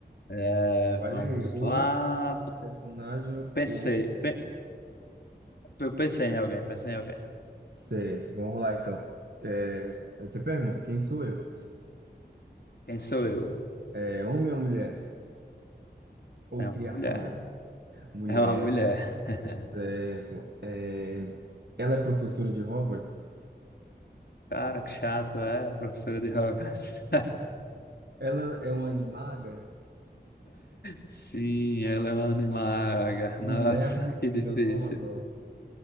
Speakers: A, on the left; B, on the right.
A: É,
B: Olha
A: vamos
B: aí, o
A: lá.
B: personagem, o...
A: Pensei.
B: o-
A: pe- eu pensei em alguém, pensei em alguém.
B: Certo, vamos lá então. É, aí você pergunta, quem sou eu?
A: Quem sou eu?
B: É, homem ou mulher? Ou
A: É uma
B: criatura?
A: mulher. <laughs>
B: Mulher.
A: É uma mulher. <laughs>
B: Certo. É, Ela é professora de Hogwarts?
A: Cara, que chato, é, professora de <laughs> Hogwarts.
B: Ela é uma animaga?
A: Sim, ela é uma animaga. Nossa,
B: Minerva
A: <laughs> que difícil.
B: McGonagall.